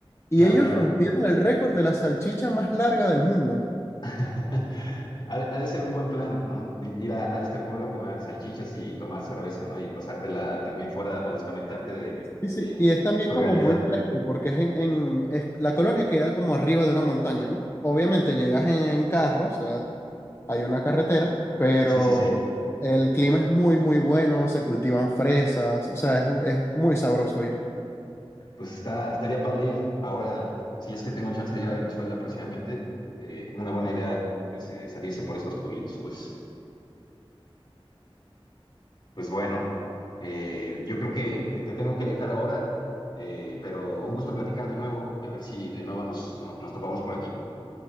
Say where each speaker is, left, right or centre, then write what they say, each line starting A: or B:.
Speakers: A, on the left; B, on the left.
A: Y
B: Claro,
A: ellos
B: claro.
A: rompieron el récord de la salchicha más larga del mundo.
B: <laughs> Ha de, ha de ser un buen plan, ¿no? Ir a, a este pueblo a comer salchichas y tomar cerveza, ¿no? Y pasártela también fuera o desconectarte de,
A: Sí, sí.
B: de-
A: Y es también
B: de tu
A: como
B: realidad.
A: muy fresco, porque es en, en- es- la colonia queda como arriba de una montaña, ¿no? Obviamente llegas en, en carro, o sea. hay una carretera, pero
B: Sí, sí, sí.
A: el clima es muy, muy bueno, se cultivan fresas, o sea, es, es muy sabroso ir.
B: Pues está, estaría padre ir. Ahora, si es que tengo chance de ir a Venezuela próximamente, eh, una buena idea es eh, salirse por estos pueblitos. Pues, pues bueno, eh, yo creo que te te tengo que dejar ahora, eh, pero un gusto platicar de nuevo. A ver si de nuevo nos, no- nos topamos por aquí.